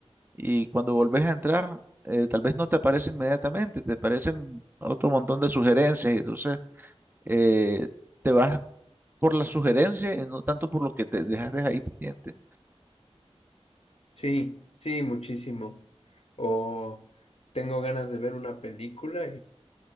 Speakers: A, on the right; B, on the left.
A: y cuando volvés a entrar, eh, tal vez no te aparece inmediatamente, te aparecen otro montón de sugerencias y entonces eh, te vas por la sugerencia y no tanto por lo que te dejaste ahí pendiente.
B: sí, sí, muchísimo. O tengo ganas de ver una película